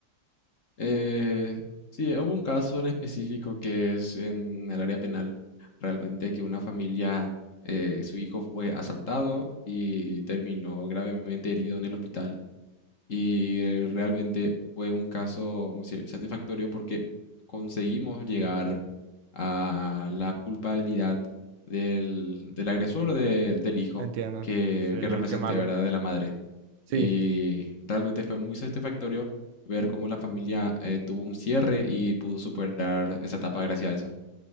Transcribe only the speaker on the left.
Eh, sí, hubo un caso en específico que es en el área penal, realmente que una familia, eh, su hijo fue asaltado y terminó gravemente herido en el hospital y eh, realmente fue un caso, vamos a decir, satisfactorio porque conseguimos llegar a la culpabilidad del, del agresor de- del hijo
que,
que representé,
¿verdad? De la madre.
Y realmente fue muy satisfactorio ver cómo la familia eh, tuvo un cierre y pudo superar esa etapa gracias a eso.